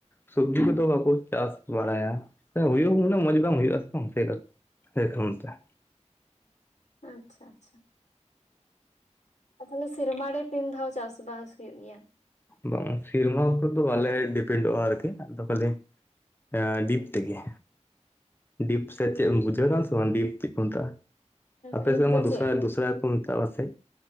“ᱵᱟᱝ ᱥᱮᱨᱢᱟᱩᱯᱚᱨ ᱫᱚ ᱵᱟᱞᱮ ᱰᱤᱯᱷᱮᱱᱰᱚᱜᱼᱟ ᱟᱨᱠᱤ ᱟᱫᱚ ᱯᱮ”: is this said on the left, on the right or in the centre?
Left